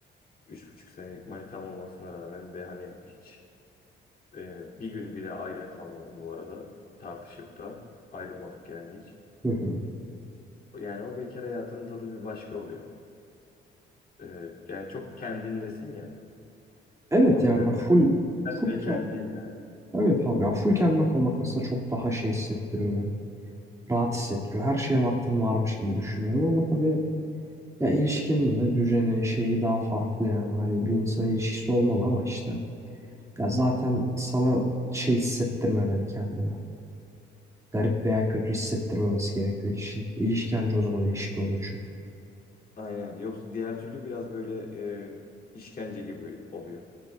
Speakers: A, on the left; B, on the right.
A: üç buçuk senelik manitam olmasına rağmen ve hani hiç Ee, bir gün bile ayrı kalmadım bu arada. Tartışıp da ayrılmadık yani hiç.
B: Hı hı.
A: Yani o bekar hayatının tadı bir başka oluyor. Ee, yani çok kendinlesin ya.
B: Evet
A: Tamamıyla
B: yani full
A: sen
B: full
A: ve
B: kendim.
A: kendin ya.
B: Evet abi ya full kendime kalmak mesela çok daha şey hissettiriyor beni. Rahat hissettiriyor. Her şeye vaktim varmış gibi düşünüyorum ama tabii ya ilişkinin de düzeni şeyi daha farklı yani. Hani bir insan ilişkisi olmalı ama işte ya zaten sana şey hissettirmemeli kendine. garip veya kötü hissettirmemesi gerekiyor ilişkin. İlişki anca o zaman ilişki oluyor çünkü.
A: Aynen. Yoksa diğer türlü biraz böyle e, işkence gibi oluyor.